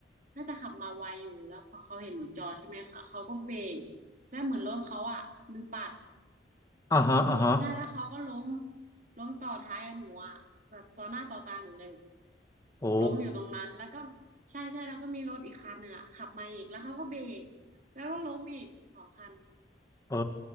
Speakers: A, on the right; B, on the left.
A: น่าจะขับมาไวอยู่แล้วพอเขาเห็นหนูจอดใช่ไหมคะเขาก็เบรกแล้วเหมือนรถเขาอ่ะมันปัด
B: อ่าฮะอ่าฮะ
A: ใช่แล้วเขาก็ล้มล้มต่อท้ายหนูอ่ะแบบต่อหน้าต่อตาหนูเลยแบบ
B: โอ้
A: ล้มอยู่ตรงนั้นแล้วก็ใช่ใช่แล้วก็มีรถอีกคันหนึ่งอ่ะขับมาอีกแล้วเขาก็เบรกแล้วก็ล้มอีกสองคัน
B: เออ